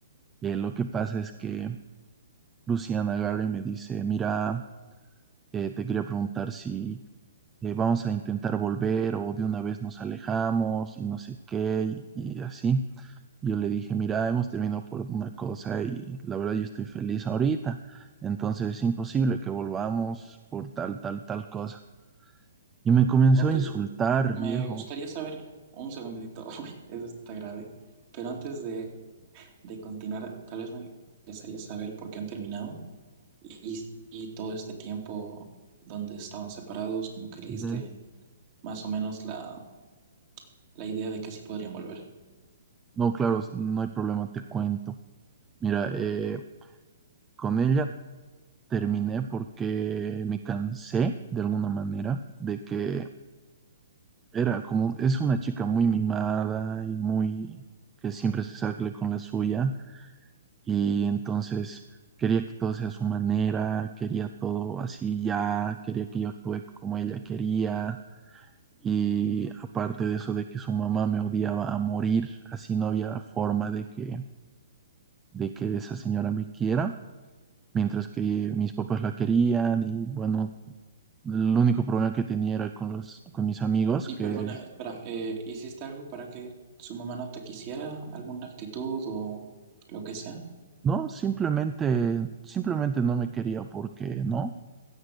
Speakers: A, on the right; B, on the right.
A: Eh, lo que pasa es que Luciana Gary me dice, mira, eh, te quería preguntar si eh, vamos a intentar volver o de una vez nos alejamos y no sé qué y y así. Yo le dije, mira, hemos terminado por una cosa y la verdad yo estoy feliz ahorita, entonces es imposible que volvamos por tal, tal, tal cosa. Y me comenzó
B: Ok,
A: a insultar,
B: Me
A: viejo.
B: gustaría saber, un segundito, <laughs> uy, eso está grave, pero antes de, de continuar, tal vez me gustaría saber por qué han terminado y, y todo este tiempo donde estaban separados, como que le
A: Ujú.
B: diste más o menos la, la idea de que sí podrían volver.
A: No, claro, no hay problema, te cuento. Mira, eh, con ella terminé porque me cansé de alguna manera de que era como, es una chica muy mimada y muy que siempre se sale con la suya. y entonces quería que todo sea a su manera, quería todo así ya, quería que yo actúe como ella quería y aparte de eso de que su mamá me odiaba a morir, así no había forma de que, de que esa señora me quiera, mientras que mis papás la querían y bueno, el único problema que tenía era con los, con mis amigos
B: Y
A: que
B: perdona, espera, eh, ¿hiciste algo para que su mamá no te quisiera? ¿Alguna actitud o lo que sea?
A: no, simplemente, simplemente no me quería porque no,